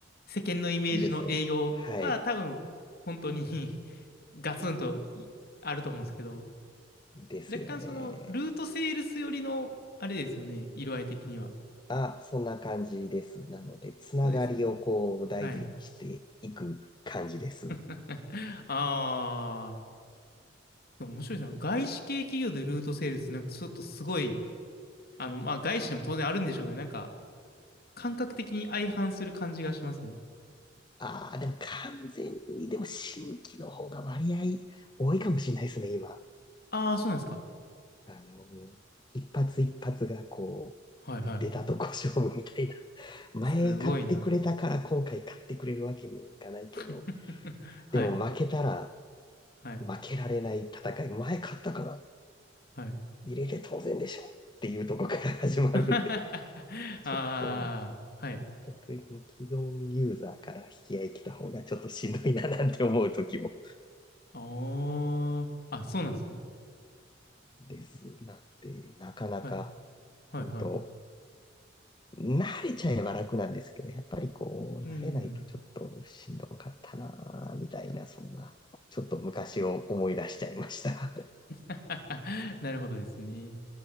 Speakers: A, on the left; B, on the left.
A: 世間のイメージの営業は多分、
B: ですよね。はい。
A: 本当に <laughs> ガツンといあると思うんですけど、
B: ですよね。
A: 若干その、ルートセールス寄りの、あれですよね、色合い的には。
B: あ、そんな感じです。なので、つながりをこう大事にしていく感じです。
A: そうですよね。はい。<laughs> ああ、でも面白いな。外資系企業でルートセールス、なんかちょっとすごい、あの、まあ、外資でも当然あるんでしょうけど、なんか、感覚的に相反する感じがしますね。
B: ああ、でも完全に、でも新規の方が割合多いかもしれないですね、今。
A: ああ、そうなんですか。
B: あの、一発一発がこう、
A: はいはい。
B: 出たとこ勝負みたいな。前買ってくれたから今回買ってくれるわけにもいかないけど、
A: すごいな。<laughs> はい、
B: でも負けたら
A: はい、
B: 負けられない戦い、前買ったから
A: はい。
B: 入れて当然でしょっていうとこから始まるんで、
A: <laughs> あ
B: ちょっと
A: あ、はい。
B: 逆に既存ユーザーから引き合い来た方がちょっとしんどいななんて思う時も
A: おー。あ、そうなんですね。
B: ですなんて、なかなか、
A: はい、はい、
B: 本当
A: はい。
B: 慣れちゃえば楽なんですけど、やっぱりこう、
A: うん。
B: 慣れないとちょっとしんどかったな、みたいな、そんな、ちょっと昔を思い出しちゃいました。
A: <laughs> なるほどですね。